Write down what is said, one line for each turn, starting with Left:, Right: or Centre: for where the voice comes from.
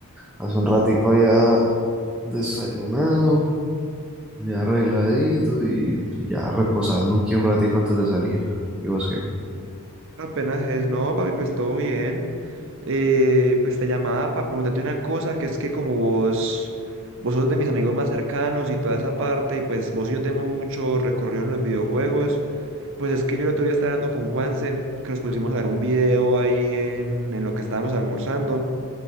Centre: Hace un ratico ya desayunado, ya arregladito y, y ya reposando aquí un ratico antes de salir. ¿Y vos qué?
Right: Apenas es, no, papi, pues todo bien. Eh, pues te llamaba para preguntarte una cosa, que es que como vos, vos sos de mis amigos más cercanos y toda esa parte, y pues vos y yo tenemos mucho recorrido en los videojuegos, Pues es que yo el otro día estaba hablando con Juanse, que nos pusimos a ver un video ahí en, en lo que estábamos almorzando,